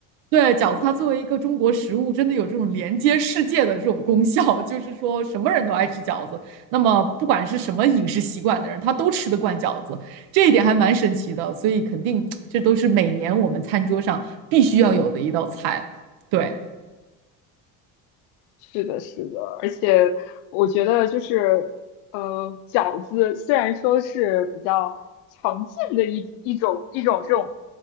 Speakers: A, on the right; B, on the left.
A: 对，饺子它作为一个中国食物，真的有这种连接世界的这种功效，<laughs> 就是说什么人都爱吃饺子。那么不管是什么饮食习惯的人，他都吃得惯饺子，这一点还蛮神奇的。所以肯定这都是每年我们餐桌上必须要有的一道菜。对，
B: 是的，是的，而且我觉得就是，呃，饺子虽然说是比较常见的一一种一种这种